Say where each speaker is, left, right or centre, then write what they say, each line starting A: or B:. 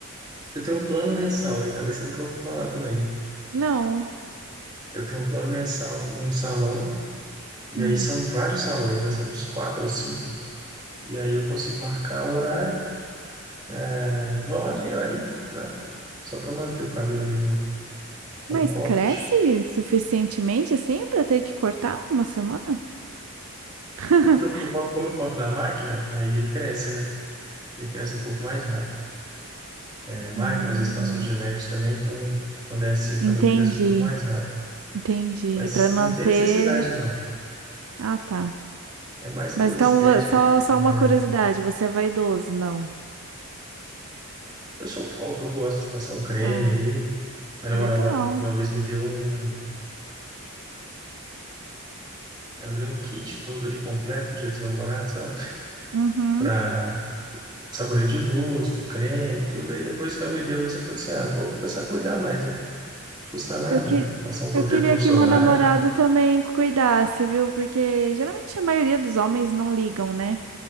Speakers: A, on the right; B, on the right.
A: eu tenho um plano mensal, aí talvez seja o que eu vou falar também.
B: Não.
A: Eu tenho um plano mensal num salão, e
B: Hum.
A: aí são vários salões, né? São uns quatro ou cinco. E aí eu consigo marcar o horário, é, vou lá meia horinha, né? Só para manter o cabelo ali no, com
B: Mas
A: corte.
B: cresce suficientemente assim pra ter que cortar uma semana? <laughs>
A: Porque eu, eu- como eu corto na máquina, aí ele cresce, né? ele cresce um pouco mais rápido. É, máquina,
B: Hum,
A: às vezes passa um gilete também, então quando é assim, o
B: entendi,
A: cabelo cresce um pouco mais rápido.
B: entendi.
A: Mas
B: Pra manter.
A: não tem necessidade, não.
B: Ah, tá.
A: É mais
B: Mas
A: por
B: então,
A: estética,
B: vo- só, só
A: né?
B: uma curiosidade: você é vaidoso? Não.
A: Eu sou um pouco, eu gosto de passar o creme
B: Ah,
A: ali. Minha
B: legal.
A: namorada uma vez me deu um, ela me deu um kit todo ali completo, Dia dos Namorados, sabe?
B: Uhum.
A: Pra sabonete de rosto, creme, tudo. Aí depois que ela me deu isso, eu falei assim, ah, vou começar a cuidar mais, né? Não custa nada.
B: Eu, que...
A: Passar um protetor
B: eu queria que
A: solar.
B: meu namorado também cuidasse, viu? Porque geralmente a maioria dos homens não ligam, né?